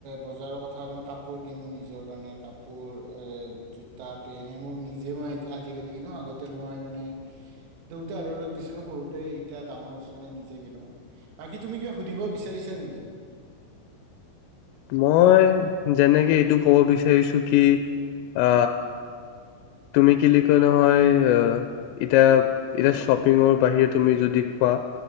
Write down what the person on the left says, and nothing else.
মই যেনেকে এইটো ক'ব বিচাৰিছো কি অ তুমি কি বুলি কয় নহয় এতিয়া এতিয়া শ্বপিঙৰ বাহিৰে তুমি যদি কোৱা